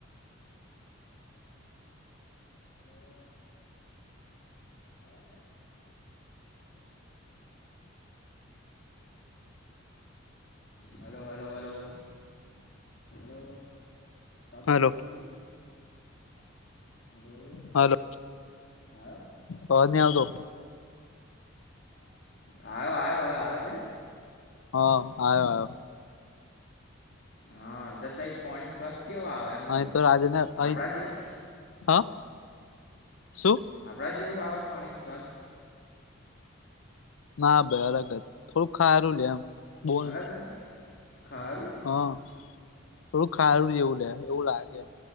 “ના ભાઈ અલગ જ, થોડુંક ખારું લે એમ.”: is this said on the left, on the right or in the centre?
Left